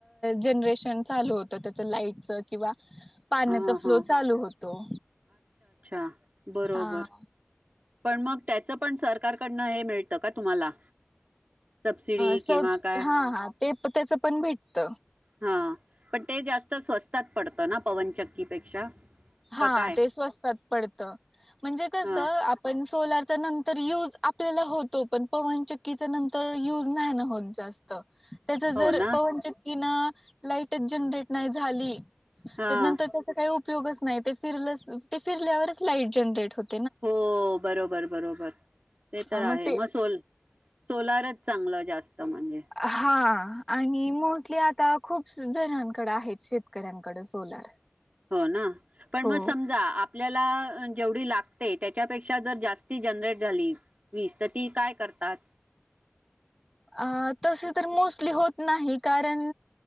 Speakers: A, in the centre; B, on the right.
A: जनरेशन चालू होतं त्याच लाईट किंवा पाण्याचा
B: हां,
A: फ्लो
B: हां.
A: चालू होतो
B: ब
A: हा
B: प म पण सरकारकडनं हे मिळत का तुम्हाला सबसिडी
A: सब
B: किंवा काय
A: हा हा ते त्याचं पण भेटत
B: हां. पण ते जास्त स्वस्तात पडतं ना पवनचक्कीपेक्षा
A: हा
B: का काय?
A: ते स्वस्तात पडत म्हणजे कस
B: हां.
A: आपण सोलारचा नंतर यूज आपल्याला होतो पण पवनचक्कीचा नंतर यूज नाही ना होत जास्त त्यास
B: हो
A: जर
B: ना?
A: पवनचक्की ना लाईटच जनरेट नाही झाली
B: हां.
A: त्यानंतर त्याचा काही उपयोगच नाही फिर फिरल्यावरच लाईट जनरेट होत
B: हो बरोबर बरोबर ते तर
A: मग
B: आहे
A: ते
B: म सोल सोलारच चांगलं जास्त म्हणजे.
A: हा आणि मोस्टली आता खूप जणांकड आहेत शेतकऱ्यांकड सोलार
B: हो ना पण
A: हो.
B: मग समजा आपल्याला जेवढी लागते त्याच्यापेक्षा जर जास्ती जनरेट झाली वीज तर ती काय करतात
A: अ तस तर मोस्टली होत नाही कारण